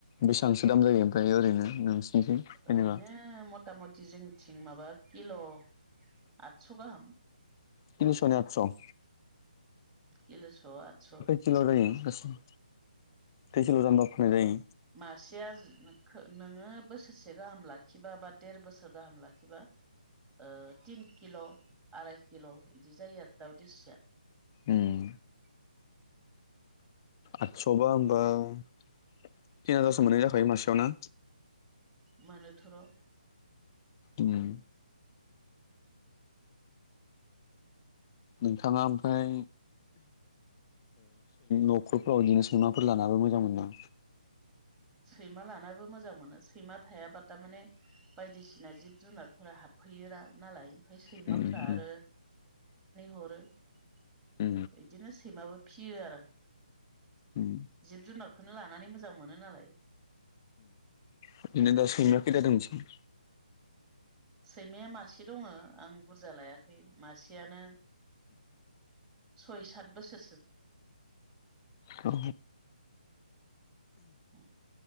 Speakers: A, on the left (about 30°); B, on the right (about 15°).
A: बेसेबांसो दाम जायो ओमफ्राय ओरैनो नोंसिनिथिं जेनेबा
B: ओरैनो मथा मथि जोंनिथिं माबा किल' आदस' गाहाम
A: तिनस' ने आतस'
B: किल'स' आदस'
A: सेल' जायो गासैबो थैसेल' जाम्बा फाननाय जायो।
B: मासेया खो नोङो बोसोरसे गाहाम लाखिबा बा देर बोसोर गाहाम लाखिबा ओ तिन किल' आराय किल' बिदि जायो आरो दाउ दसिया। औ।
A: उम आदस'बा होमबा तिन हाजारसो मोननाय जाखायो मासेयावना
B: मानेथर'
A: उम नोंथाङा ओमफ्राय न'खरफ्राव बिदिनो सैमाफोर लानाबो मोजां मोना
B: सैमा लानाबो मोजां मोनो सैमा थायाबा थारमाने बायदिसिना जिब जुनारफोरा हाबफैयोना नालाय ओमफ्राय सैमाफोरा
A: उम उम
B: आरो हरो बिदिनो
A: उम
B: सैमाबो फियो आरो आं
A: उम
B: जिब जुनारखौनो लानानै मोजां मोनो नालाय
A: बिदिनो दा सैमा खैथादोंंसै
B: सैमाया मासे दङ आं बुरजा लायाखै मासेयानो सय सात बोसोर
A: औ
B: औ